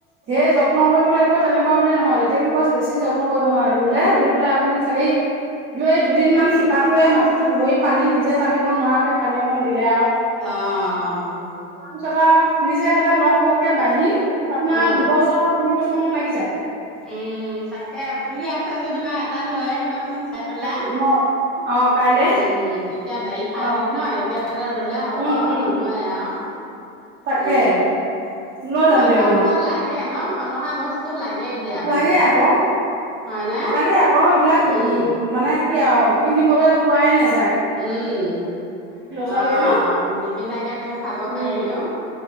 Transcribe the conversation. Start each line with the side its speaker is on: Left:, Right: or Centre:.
Right: ধেৰ যত্ন কৰিব লাগিব। সেই তেনেকোৱা বুলি নহয় লেতকু গছ বেছি। যত্ন কৰিব নালাগে, ৰুলে ৰুই পেলাই আপুনি খালি ৰুয়ে দুদিন মান শিপাটোৱে মাটিটো ধৰি পানী নিজে টানিব নোৱাৰাকে পানী অকণ দিলে আৰু।
Centre: অঁ।
Right: তাৰপিছত আও নিজে সেতে লহপহকে বাঢ়ি। আপোনাৰ
Centre: অ
Right: দুবছৰ তিন বছৰ। ছ মানত লাগি যায়।
Centre: উম তাকে পুলি আছে যদিবা এডাল লৈ আহিবা। চোন চাই পেলা
Right: যায় মই অ কাইলে
Centre: উম এতিয়া বাৰিষা
Right: অ
Centre: দিন ন এতিয়া ৰুলে হ'ব
Right: উম উম
Centre: নময় আৰু।
Right: তাকে
Centre: উম। এই
Right: লৈ যাম
Centre: মানুহৰ
Right: দিয়ক মই
Centre: ঘৰত লাগে ন। সলহা বস্তু লাগে <unintelligible> এ দিয়া
Right: লাগে
Centre: বহুত
Right: আকৌ
Centre: হয়নে
Right: লাগে আকৌ এইবিলাক উ
Centre: উম
Right: মানে কি আৰু কিনিবলৈ পোৱাই নাছিল
Centre: উম
Right: ছোৱালীয়ে
Centre: আহ
Right: ন
Centre: নিকিনাকে তেওঁ খাব
Right: উম।
Centre: পাৰিলেও